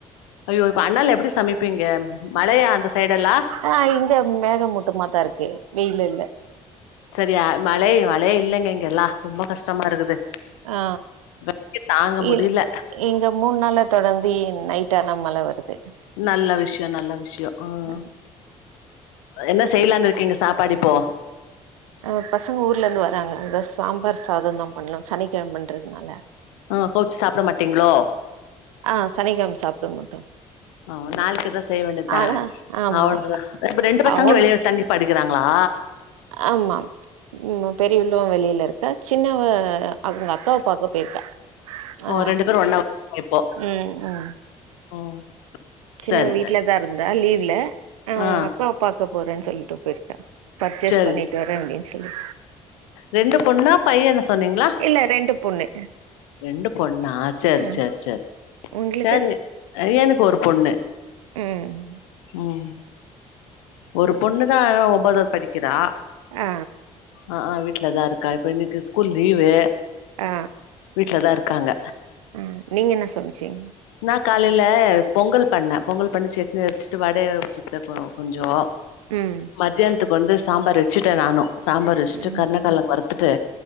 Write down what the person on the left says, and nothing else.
ஐயோ இப்ப அனல் எப்டி சமைப்பீங்க மழையா அந்த சைடு எல்லா
செரியா‌ மழே மழே இல்லங்க இங்கெல்லா ரொம்ப கஷ் டமா இருக்குது
வெக்க தாங்க
முடில
நல்ல விஷயோ நல்ல விஷயோ ம்
என்ன செய்யலான்னு இருக்கீங்க சாப்பாடு இப்போ
ஆ கவுச்சி சாப்ட்ட மாட்டீங்ளோ
ஆ நாளைக்கு எதா செய்ய வேண்டி தா
அவ்ளோதா இப்ப ரெண்டு பசங்களு
வெளிய தங்கி படிக்கிறாங்களா
ஓ
ரெண்டு பேரு ஒன்னா இப்போ
ம்
சரி
சரி
ஆ
சரி
ரெண்டு பொண்ணா பையன்னு சொன்னீங்களா
ரெண்டு பொண்ணா செரி
செரி செரி
செரிங்க எனக்கு ஒரு பொண்ணு
ம் ஒரு பொண்ணுதா ஒன்பதாவது படிக்கிறா
ஆ ஆ வீட்லதா இருக்கா இப்ப இன்னிக்கி ஸ்கூல் லீவு
வீட்லதா இருக்காங்க
நா காலையில பொங்கல் பண்ணே பொங்கல் பண்ணு சட்னி வெச்சுட்டு வடைய சுட்ட கொஞ்சோ
மத்தியானத்துக்கு வந்து சாம்பார் வெச்சுட்டே நானு சாம்பார் வெச்சிட்டு
கருணக்கழங்கு வருத்துட்டு